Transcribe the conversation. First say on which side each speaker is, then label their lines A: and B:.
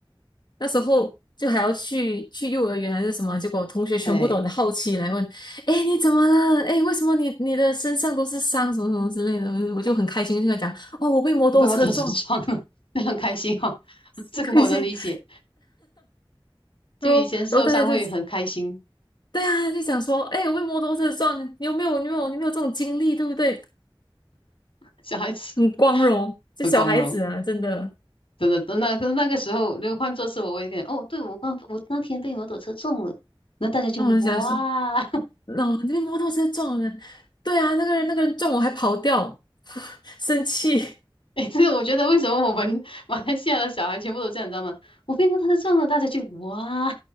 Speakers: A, on the left; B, on the left.
A: 那时候就还要去去幼儿园还是什么，结果同学全部都很好奇来问：
B: 哎、
A: “哎，你怎么了？哎，为什么你你的身上都是伤，什么什么之类的？”我就我就很开心，就跟他讲：“哦，我被摩托车撞，
B: 我被摩托车撞了，非常开心哈、<laughs> 这个我能理解。
A: 很开心。”
B: 就以前受伤会很开心，
A: 然后然后大家就对啊，就想说，哎，我被摩托车撞，你有没有你有没有你有没有这种经历，对不对？
B: 小孩子
A: 很光荣，这小孩子啊，
B: 很光荣，
A: 真的。
B: 真的。那个那个时候，如果换作是我，我也感觉哦，对我刚我那天被摩托车撞了，那大家就哇，
A: 那我想说，
B: <laughs>
A: 那我被摩托车撞了，对啊，那个人那个人撞我还跑掉，<laughs> 生气。
B: 诶，这个我觉得为什么我们马来西亚的小孩全部都这样，你知道吗？我被摩托车撞了，大家就哇，